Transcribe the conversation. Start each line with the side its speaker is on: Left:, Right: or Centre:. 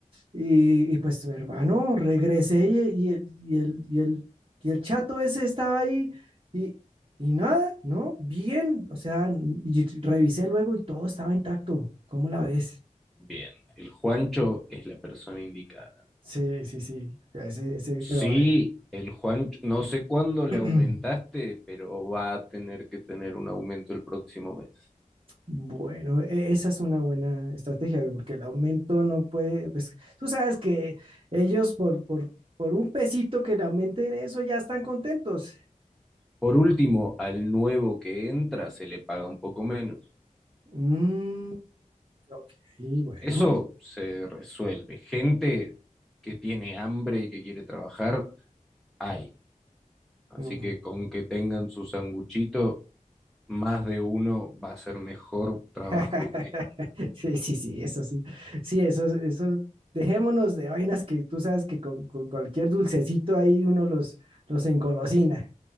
Right: Y, y, y pues, hermano, regresé y, y el, y, el, y, el, y el chato ese estaba ahí y, y nada, ¿no? Bien, o sea, y revisé luego y todo estaba intacto. ¿Cómo la ves?
Centre: bien. El Juancho es la persona indicada.
Right: Sí, sí, sí. Ese, ese,
Centre: Sí,
Right: pero a ver.
Centre: el Juancho, no sé cuándo le
Right: <clears throat>
Centre: aumentaste, pero va a tener que tener un aumento el próximo mes.
Right: Bueno, e- esa es una buena estrategia, porque el aumento no puede, pues tú sabes que ellos por, por, por un pesito que le aumenten eso ya están contentos.
Centre: Por último, al nuevo que entra se le paga un poco menos.
Right: Mm, ok, bueno.
Centre: Eso se resuelve. Gente que tiene hambre y que quiere trabajar, hay. Así
Right: Mm.
Centre: que con que tengan su sanguchito, más de uno va a ser mejor trabajo
Right: <laughs>
Centre: que este.
Right: Sí, sí, sí, eso sí. Sí, eso, eso, dejémonos de vainas que tú sabes que con, con cualquier dulcecito ahí uno los, los engolosina.